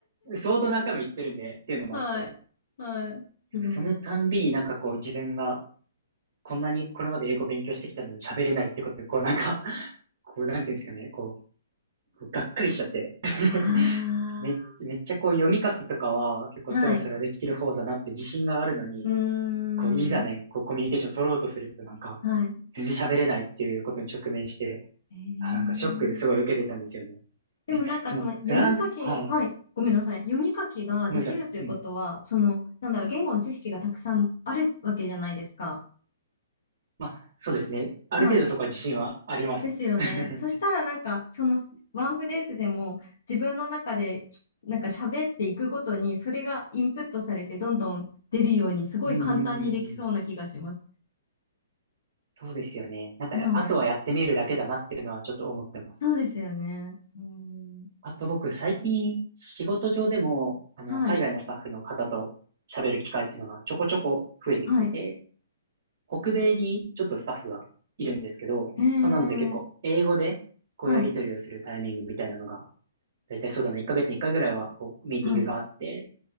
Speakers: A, on the right; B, on the left.
A: 相当何回も行ってるんで、っていうのもあって、
B: はい。はい。すごい。
A: そのたんびになんかこう自分がこんなにこれまで英語勉強してきたのに喋れないってことで、こうなんか、こうなんていうんですかね、こうがっかりしちゃって <laughs>
B: あ
A: めっ。めっちゃこう読み書きとかは結構スラスラできる方だなって自信があるのに、
B: あ、はい。うーん。
A: こういざね、こうコミュニケーション取ろうとするとなんか
B: はい。
A: 全然喋れないっていうことに直面して、
B: えー。
A: あ、なんかショックすごい受けてたんですよね。
B: でもなんかその読み書き、
A: で、そのフランス、はい、
B: はい。ごめんなさい。読み書きができるということは、
A: ごめんなさい。うん。
B: その、なんだろう、言語の知識がたくさんあるわけじゃないですか。
A: まあ、そうですね。ある程度そこは自信はあります。
B: はい。ですよね。
A: <laughs>
B: そしたらなんか、そのワンフレーズでも自分の中で、なんか喋っていくごとに、それがインプットされてどんどん出るように、すごい簡単にできそうな気がします。
A: うんうんうんうん。そうですよね。なんか、
B: はい。
A: あとはやってみるだけだなっていうのはちょっと思ってます。
B: そうですよね。うん。
A: あと僕、最近、仕事上でも、あの、
B: はい。
A: 海外のスタッフの方と喋る機会っていうのがちょこちょこ増えてきてて、
B: はい。
A: 北米にちょっとスタッフがいるんですけど、
B: えー。
A: まあ、なので結構、英語で、こうやり取りをするタイミングみたいなのが、
B: はい。
A: だいたいそうだな、1ヶ月に1回ぐらいは、こう、ミーティングがあって、
B: はい。